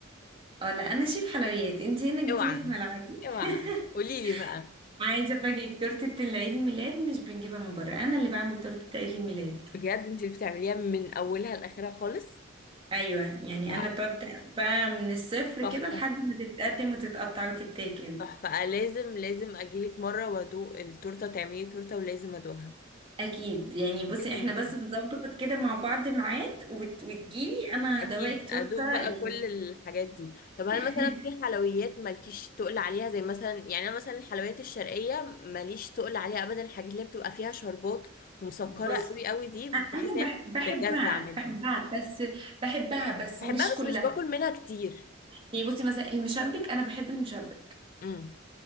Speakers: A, on the right (about 25°); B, on the left (about 45°).
A: اه لا انا شيف حلويات انت هنا جيتي
B: اوعى
A: لي في ملعبي
B: اوعى
A: <laughs>
B: قولي لي بقى
A: عايزه افاجئك تورته العيد الميلاد مش بنجيبها من بره انا اللي بعمل تورته عيد الميلاد
B: بجد انت اللي بتعمليها من اولها لاخرها خالص
A: ايوه يعني
B: واو
A: انا ببدا بقى من الصفر
B: تحفه
A: كده لحد ما تتقدم وتتقطع وتتاكل
B: تحفه لازم لازم اجيلك مره وادوق التورته تعملي تورته ولازم ادوقها
A: اكيد يعني بصي
B: لازم
A: احنا
B: ادوقها
A: بس نظبط كده مع بعض ميعاد وت... وتجيلي انا
B: اكيد
A: هدوقك
B: ادوق
A: تورته
B: بقى
A: يعني
B: كل الحاجات دي طب هل
A: <laughs>
B: مثلا في حلويات مالكيش تقل عليها زي مثلا يعني انا مثلا الحلويات الشرقيه ماليش تقل عليها ابدا الحاجات اللي بتبقى فيها شربات ومسكره
A: بصي
B: قوي قوي دي بحس
A: انا
B: ان
A: بح...
B: هي
A: بحبها
B: بتجزع منها
A: بحبها بس بحبها بس
B: بحبها
A: مش
B: بس
A: كلها
B: مش باكل منها كتير
A: يعني بصي مثلا المشبك انا بحب المشبك
B: امم